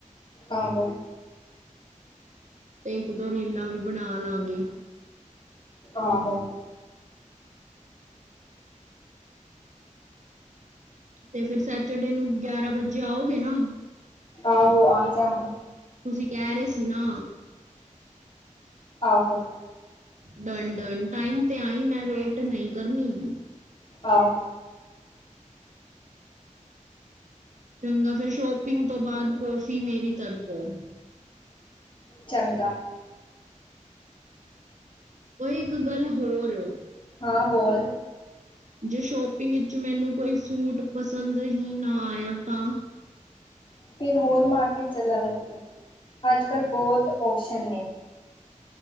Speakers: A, on the left; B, on the right.
A: ਆਹੋ
B: ਤੇ ਇੱਕ-ਦੋ ਰੀਲਾਂ ਵੀ ਬਣਾ ਲਾਂਗੇ।
A: ਆਹੋ
B: ਤੇ ਫਿਰ ਸੈਚਡੇ ਨੂੰ ਗਿਆਰਾਂ ਵਜੇ ਆਓਗੇ ਨਾ?
A: ਆਹੋ ਆ ਜਾ ਹੁਣ
B: ਤੁਸੀ ਕਹਿ ਰਹੇ ਸੀ ਨਾ
A: ਆਹੋ
B: ਡਨ-ਡਨ। ਟਾਈਮ ਤੇ ਆਈ ਮੈਂ ਵੇਟ ਨਹੀਂ ਕਰਨੀ।
A: ਆਹੋ
B: ਚੰਗਾ, ਫਿਰ ਸ਼ੋਪਿੰਗ ਤੋਂ ਬਾਅਦ ਕੌਫੀ ਮੇਰੀ ਤਰਫੋਂ
A: ਚੰਗਾ
B: ਓਹ ਇੱਕ ਗੱਲ ਹੋਰ
A: ਹਾਂ ਬੋਲ।
B: ਜੇ ਸ਼ੋਪਿੰਗ ਇਚੋਂ ਮੈਨੂੰ ਕੋਈ ਸੂਟ ਪਸੰਦ ਹੀ ਨਾ ਆਇਆ ਤਾਂ
A: ਫਿਰ ਹੋਰ ਮਾਰਕੀਟ, <unintelligible> ਅੱਜ ਕੱਲ ਬਹੁਤ ਓਪਸ਼ਨ ਨੇ।